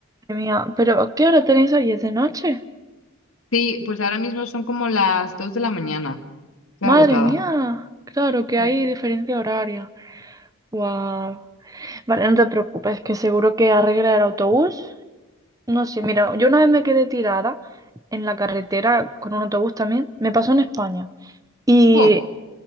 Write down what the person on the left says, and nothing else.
Sí, pues ahora mismo son como las dos de la mañana, estoy
agotada.
Sí.
Oh.